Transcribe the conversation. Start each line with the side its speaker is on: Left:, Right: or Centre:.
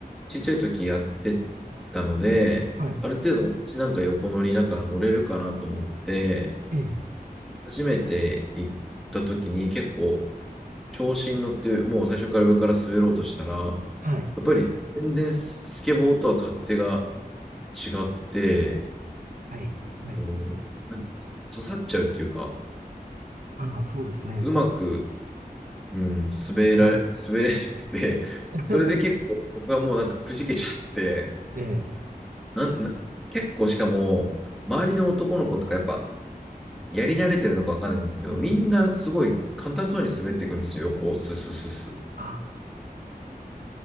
Centre: ちっちゃい時やってたので、
Right: はい。
Centre: ある程度私なんか横乗りだから乗れるかなと思って、
Right: ええ、
Centre: 初めて行った時に結構調子に乗って、もう最初から上から滑ろうとしたら、や
Right: はい。
Centre: っぱり全然ススケボーとは勝手が違って、
Right: はい。はい。
Centre: うん、なんて刺さっちゃうっていうか、
Right: ああ、そうですね。
Centre: うまく、うん、滑られ、
Right: はい。
Centre: 滑れなくて、
Right: <laughs>
Centre: それで結構僕はもうなんかくじけちゃって、
Right: ええ。
Centre: なんな結構しかも、周りの男の子とかやっぱ、やり慣れてるのかわかんないんですけど、みんなすごい簡単そうに滑っていくんですよ、こう、スススス。
Right: ああ